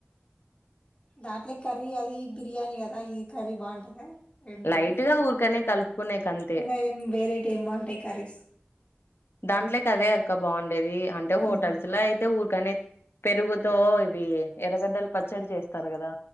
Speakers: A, on the left; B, on the left.
A: దాట్లే కర్రీ అది బిర్యానీ కదా ఈ కర్రీ బాంటదా రెండ
B: లైట్
A: అవి
B: గా ఊరికనే కలుపుకునేకి అంతే
A: ఇంగా ఏం వేరైటీ ఏమ్ బాంటాయి కర్రీస్
B: దాంట్లే క అదే అక్క బాండేది అంటే
A: హుహు.
B: హోటల్స్ లో అయితే ఊరకనే పెరుగుతో ఇవి ఎరగడ్డలు పచ్చడి చేస్తారు కదా